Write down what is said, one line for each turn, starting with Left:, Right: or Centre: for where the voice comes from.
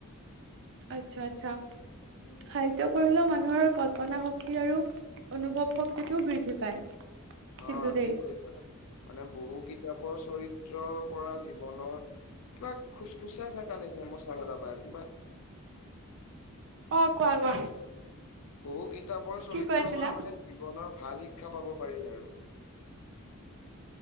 Right: আচ্ছা আচ্ছা
Left: উম
Right: সাহিত্য পঢ়িলো মান। মানুহৰ কল্পনা শক্তি আৰু অনুভৱ শক্তিটো বৃদ্ধি পায়। কিন্তু
Left: অ
Right: দেই
Left: ঠিক কৈছা মানে বহু কিতাপৰ চৰিত্ৰৰ পৰা জীৱনৰ। কিবা খোজ খোজিয়ে থকা নিচিনা মই চাওন এটা পাই আছোঁ কিবা
Right: অ কোৱা কোৱা।
Left: বহু কিতাপৰ
Right: কি
Left: চৰিত্ৰৰ
Right: কৈ আছিলা
Left: পৰা মানে জীৱনৰ ভাল শিক্ষা পাব পাৰি আৰু।